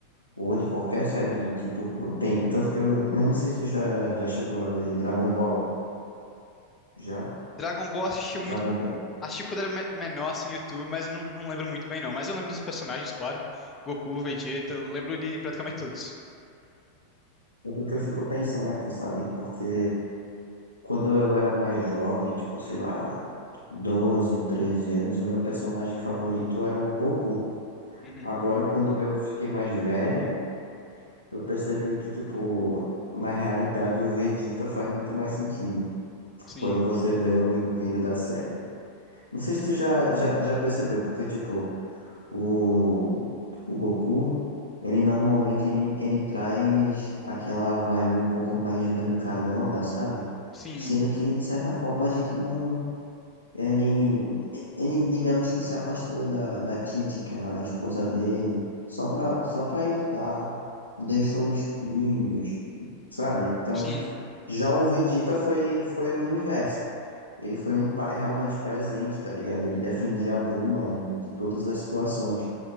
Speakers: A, on the left (about 80°); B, on the left (about 20°).
A: ou de qualquer série do tipo. Tem. Tanto que eu. eu não sei se tu já, já chegou a ver Dragon Ball. Já?
B: Dragon Ball eu assisti
A: Dragon
B: muito. co-
A: Ball.
B: Assisti quando era me- menor, assim, no YouTube, mas eu não, não lembro muito bem, não. Mas eu lembro dos personagens, claro. Goku, Vegeta, eu lembro de praticamente todos.
A: Tanto que eu fico pensando aqui, sabe? Porque. Quando eu era mais jovem, tipo, sei lá, 12, 13 anos, o meu personagem favorito era o Goku.
B: Uhum.
A: Agora, quando eu fiquei mais velho, eu percebi que, tipo, na realidade o Vegeta faz muito mais sentido
B: Sim.
A: quando você vê o enredo da série. Não sei se tu já, já, já percebeu, porque, tipo, o, o Goku, ele normalmente ele, ele traz aquela vibe um pouco mais brincalhona, sabe?
B: Sim.
A: Sendo que, de certa forma, a gente não Ele, ele, digamos que se afastou da, da Titi, que era a esposa dele, só pra, só pra ir lutar. Deixou os filhos, sabe? Então,
B: Sim.
A: tipo, já o Vegeta foi, foi o inverso. Ele foi um pai realmente presente, tá ligado? Ele defendia a Bulma de todas as situações.